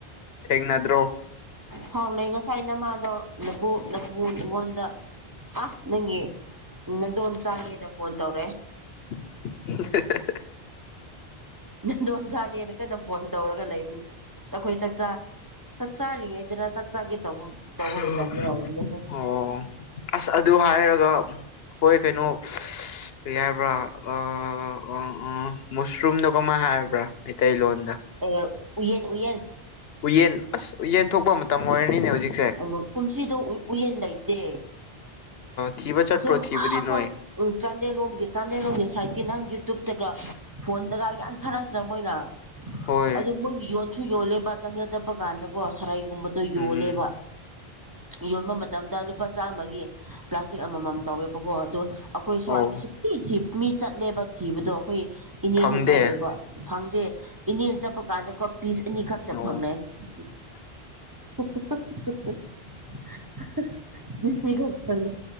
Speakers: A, on the left; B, on the right.
A: ꯊꯦꯡꯅꯗ꯭ꯔꯣ꯫
B: ꯐꯥꯎꯅꯩ ꯉꯁꯥꯏ ꯅꯃꯥꯗꯣ ꯅꯄꯨ ꯅꯄꯨ ꯑꯩꯉꯣꯟꯗ ꯑ ꯅꯪꯒꯤ ꯅꯥꯗꯣꯝꯆꯥꯅꯦꯅ ꯐꯣꯟ ꯇꯧꯔꯥꯛꯑꯦ꯫
A: <unintelligible>
B: ꯅꯥꯗꯣꯝꯆꯥꯅꯦꯅꯥ ꯀꯟꯅ ꯐꯣꯟ ꯇꯧꯔꯒ ꯂꯩꯕꯅꯦ ꯑꯩꯈꯣꯏ ꯆꯥꯛꯆꯥ ꯆꯥꯛ ꯆꯥꯔꯤꯉꯩꯗꯥꯔ ꯆꯥꯛ ꯆꯥꯒꯦ ꯇꯧꯕ ꯇꯧꯕ
A: <unintelligible>
B: ꯃꯇꯝꯗ ꯑꯣꯏꯕꯅꯦ
A: ꯑꯣ ꯑꯁ ꯑꯗꯨ ꯍꯥꯏꯔꯒ ꯈꯣꯏ ꯀꯩꯅꯣ ꯀꯔꯤ ꯍꯥꯏꯕ꯭ꯔꯥ ꯑ-ꯑ-ꯑ ꯃꯁꯨꯔꯨꯝꯗꯣ ꯀꯃꯥꯏꯅ ꯍꯥꯏꯕ꯭ꯔꯥ ꯃꯩꯇꯩꯂꯣꯟꯗ꯫
B: ꯑ ꯎꯌꯦꯟ ꯎꯌꯦꯟ
A: ꯎꯌꯦꯟ ꯑꯁ ꯎꯌꯦꯟ ꯊꯣꯛꯄ ꯃꯇꯝ ꯑꯣꯏꯔꯅꯤꯅꯦ ꯍꯧꯖꯤꯛ
B: ꯑ ꯃ ꯀꯨꯝꯁꯤꯗꯣ ꯎꯌꯦꯟ ꯂꯩꯇꯦ
A: ꯊꯤꯕ ꯆꯠꯄ꯭ꯔꯣ
B: ꯑꯁꯣꯝ
A: ꯊꯤꯕꯗꯤ
B: ꯑ ꯑꯁꯣꯝ
A: ꯅꯣꯏ
B: ꯎꯝ ꯆꯥꯟꯗꯦꯜꯂꯣꯝꯒꯤ ꯆꯥꯟꯗꯦꯜꯂꯣꯝꯒꯤ ꯁꯥꯏꯠꯀꯤ ꯅꯍꯥꯟ ꯌꯨꯇ꯭ꯌꯨꯕꯇꯒ ꯐꯣꯟꯗꯒ ꯌꯥꯝ ꯊꯔꯛ ꯇꯔ ꯃꯣꯏꯅ
A: ꯍꯣꯏ
B: ꯑꯗꯨ ꯃꯣꯏ ꯌꯣꯟꯁꯨ ꯌꯣꯟꯂꯦꯕꯥ ꯆꯟꯗꯦꯜ ꯆꯠꯄ ꯀꯥꯟꯗꯀꯣ ꯁꯔꯩ ꯒꯨꯝꯕꯗꯣ ꯌꯣꯜꯂꯦꯕ꯫
A: ꯎꯝ
B: ꯌꯣꯟꯕ ꯃꯇꯝꯗ ꯂꯨꯄꯥ ꯆꯥꯝꯃꯒꯤ ꯄ꯭ꯂꯥꯁꯇꯤꯛ ꯑꯃꯃꯝ ꯇꯧꯋꯦꯕꯥꯀꯣ ꯑꯗꯣ ꯑꯩꯈꯣꯏ
A: ꯑꯣ
B: ꯁ꯭ꯋꯥꯏꯗꯤ ꯁꯨꯛꯊꯤ ꯊꯤ ꯃꯤ ꯆꯠꯂꯦꯕ ꯊꯤꯕꯗꯣ ꯑꯩꯈꯣꯏ ꯏꯅꯦꯁꯨ
A: ꯐꯪꯗꯦ
B: ꯆꯠꯂꯦꯕꯥ꯫ ꯐꯪꯗꯦ ꯏꯅꯦꯅꯥ ꯆꯠꯄ ꯀꯥꯟꯗꯀꯣ ꯄꯤꯁ ꯑꯅꯤ ꯈꯛꯇ
A: ꯑꯣ
B: ꯐꯪꯂꯛꯑꯦ꯫ <unintelligible> ꯉꯁꯤ ꯈꯛꯇꯅꯦ